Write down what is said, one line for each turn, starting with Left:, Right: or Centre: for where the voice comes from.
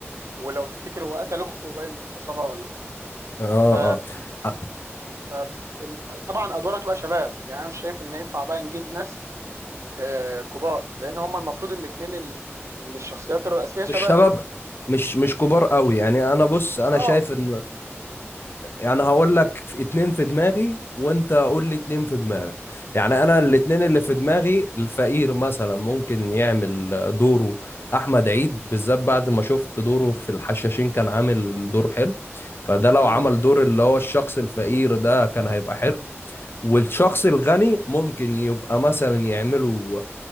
Right: ولو تفتكر هو قتل اخته باين انه اغتصبها ولا
Left: اه
Right: ف
Left: اه
Right: ف ال- طبعا ادوارها تبقى شباب يعني انا مش شايف ان ينفع بقى نجيب ناس آه كبار لان هم المفروض الاثنين اللي الشخصيات الرئيسيه شباب
Left: مش شباب مش مش كبار قوي يعني انا بص انا
Right: اه
Left: شايف ان يعني هقول لك في اتنين في دماغي وانت قول لي اتنين في دماغك يعني انا
Right: طب
Left: الاتنين
Right: قول
Left: اللي في دماغي الفقير مثلا ممكن يعمل دوره احمد عيد بالذات بعد ما شفت دوره في الحشاشين كان عامل دور حلو فده لو
Right: حلو
Left: عمل
Right: جدا
Left: دور اللي هو الشخص الفقير ده كان هيبقى حلو والشخص الغني ممكن يبقى مثلا يعمله